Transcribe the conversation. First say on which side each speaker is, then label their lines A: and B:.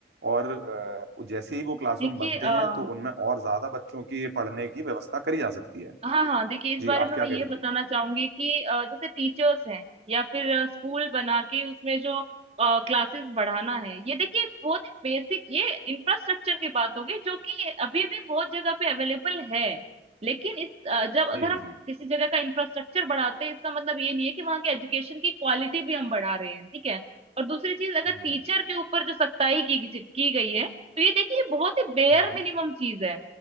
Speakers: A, on the right; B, on the right.
A: और अ, जैसे ही वो क्लासरूम
B: देखिए
A: बनते
B: अ,
A: हैं तो उनमें और ज्यादा बच्चों की पढ़ने की व्यवस्था करी जा सकती है
B: हाँ हाँ देखिए इस
A: जी
B: बारे
A: आप
B: में
A: क्या
B: मैं ये
A: कह रही
B: बताना
A: थी
B: चाहूंगी कि अ, जैसे टीचर्स हैं या फिर अ, स्कूल बना के उसमें जो क्लासेस बढ़ाना है ये देखिए बहुत बेसिक ये इंफ्रास्ट्रक्चर की बात हो गई जो कि अभी भी बहुत जगह पे अवेलेबल है लेकिन इस अ, जब अगर
A: जी
B: हम
A: जी
B: किसी जगह का इंफ्रास्ट्रक्चर बढ़ाते हैं इसका मतलब ये नहीं है कि वहाँ की एजुकेशन की क्वालिटी भी हम बढ़ा रहे हैं ठीक है और दूसरी चीज अगर
A: हम्म
B: टीचर के ऊपर जो सख्ताई की की गई है तो ये देखिए बहुत ही बेयर
A: हम्म
B: मिनिमम चीज है